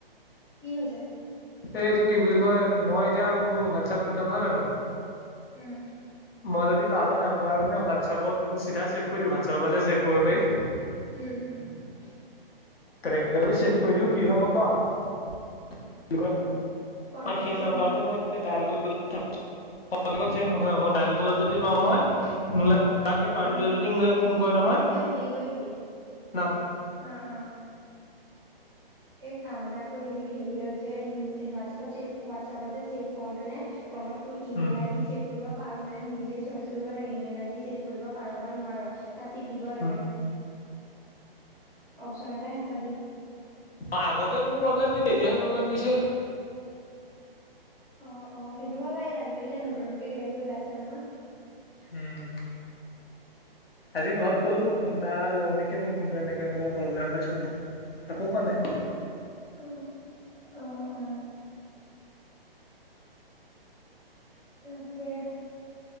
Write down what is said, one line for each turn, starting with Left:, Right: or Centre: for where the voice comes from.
Centre: কি হৈছে
Left: এই এইটো কি বুলি কয় মই এতিয়া মোৰ হোৱাটছআপ দুটা নহয় জানো
Centre: উম
Left: মই যদি কাৰোবাৰ নাম্বাৰ মানে হোৱাটচএপত চিধা ছেভ কৰি দিওঁ হোৱাটচএপৰ পৰা ছেভ কৰিব পাৰি
Centre: উম
Left: তেনেকে যদি ছেভ কৰি দিও কি হয় গম পাও কি হয়
Centre: কন্টেকত
Left: সেই
Centre: ছেভ
Left: নম্বাৰটো
Centre: নহয়
Left: মই তেতিয়া ডাইল কৰিব অ এনেকে চেভ নহয় মই দাইল কলত যদি মাৰো হয় মোলোই সেই মানুহ কোনো
Centre: উম
Left: যদি মোলৈ ফোন কৰে নহয়
Centre: এ হেৰি কৰিবি
Left: নাম
Centre: অ অ এই কাম এটা কৰিবি হেৰি যে হোৱাটছএপত ছেভ হোৱাটছপত যে ছেভ কৰোতেনে তলতো ইমেইল
Left: উম
Centre: আই ডি ছেভ কৰিব পাৰে মানে নিজে চাৰ্চ কৰিব লাগে ইমেইল আই ডি ছেভ কৰিব পাৰে বা নোৱাৰ তাত টিপিব লাগে
Left: উম
Centre: মানে অপশচন এটা হে চাবি
Left: অ আগতে মোৰ প্ৰব্লেম দি তেতিয়াহে প্ৰব্লেম দিছে।
Centre: অ অ সেইটো হ ব এই আজালি এতি নতুন নতুন কিবি ওলাইছে নহয়
Left: উম আজি ঘৰত কলো ফোন এটা লওঁ নেকি মই ফোনটো এনেকে এনেকুৱা প্ৰব্লেম পাইছো একো কোৱা নাই
Centre: অ অ অ তাকে